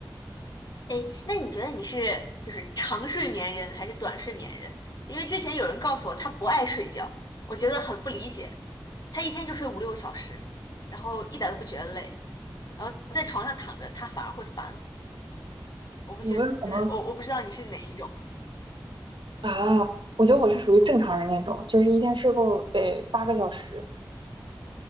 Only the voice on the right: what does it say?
有没有可能
啊？我觉得我是属于正常人那种，就是一天睡够得八个小时。